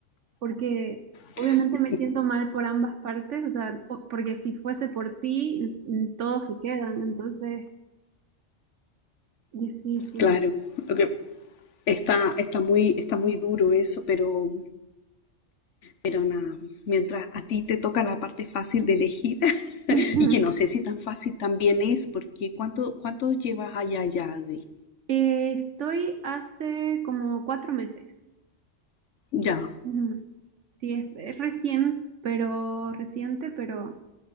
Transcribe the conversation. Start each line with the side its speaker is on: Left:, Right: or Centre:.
Right: porque obviamente
Left: Sí,
Right: me siento mal por ambas partes, o sea, o- porque si fuese por ti, n- n- todos se quedan, entonces... Difícil.
Left: claro, lo que- está, está muy, está muy duro eso, pero, pero nada, mientras a ti te toca la parte fácil de elegir, <laughs>
Right: Ujú.
Left: y
Right: <laughs>
Left: que no sé si tan fácil también es, porque ¿cuánto, cuánto llevas allá ya, Adri?
Right: Eh, estoy hace como cuatro meses.
Left: Ya,
Right: Ujú. Sí, es, es recién, pero reciente, pero,